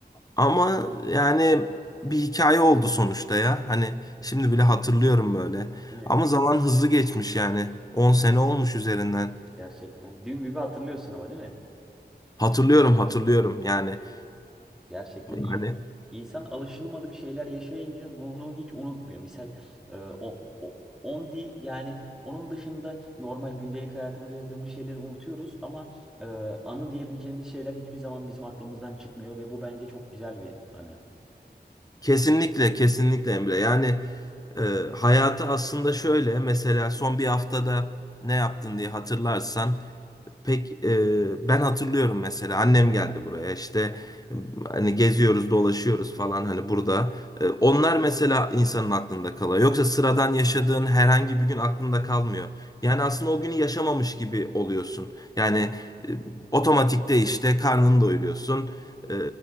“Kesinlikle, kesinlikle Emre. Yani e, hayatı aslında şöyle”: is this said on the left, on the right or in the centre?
Left